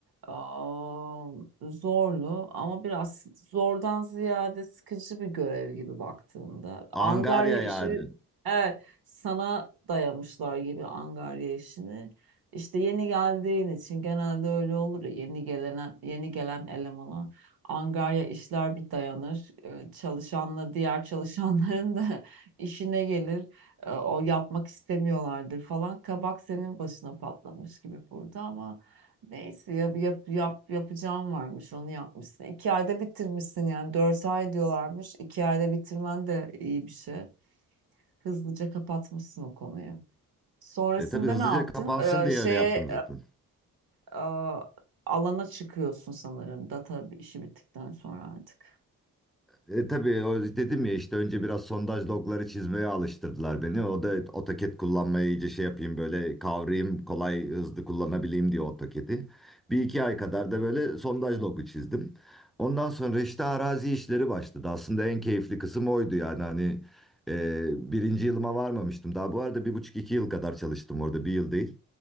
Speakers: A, on the right (about 65°); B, in the centre.
A: Aa, zorlu ama biraz zordan ziyade sıkıcı bir görev gibi baktığında.
B: Angarya
A: Angarya işi
B: yani.
A: evet, sana dayamışlar gibi Angarya işini. İşte yeni geldiğin için genelde öyle olur ya yeni gelen yeni gelen elemana Angarya işler bir dayanır. Ee, Çalışanla diğer çalışanların da <laughs> işine gelir e, o yapmak istemiyorlardır falan. Kabak senin başına patlamış gibi burada ama neyse yap, yap, yap, yapacağım varmış onu yapmışsın. İki ayda bitirmişsin yani dört ay diyorlarmış. İki ayda bitirmen de iyi bir şey. Hızlıca kapatmışsın o konuyu. Sonrasında
B: E tabii hızlıca
A: ne yaptın?
B: kapansın
A: Ee,
B: diye
A: şeye
B: öyle yaptım zaten.
A: e, e, alana çıkıyorsun sanırım data işi bittikten sonra artık.
B: E, tabii o dedim ya işte önce biraz sondaj logları çizmeye alıştırdılar beni. O da AutoCAD kullanmayı iyice şey yapayım böyle kavrayayım kolay hızlı kullanabileyim diye AutoCAD'i. Bir iki ay kadar da böyle sondaj logu çizdim. Ondan sonra işte arazi işleri başladı. Aslında en keyifli kısım oydu yani hani e, birinci yılıma varmamıştım. Daha bu arada bir buçuk iki yıl kadar çalıştım orada bir yıl değil.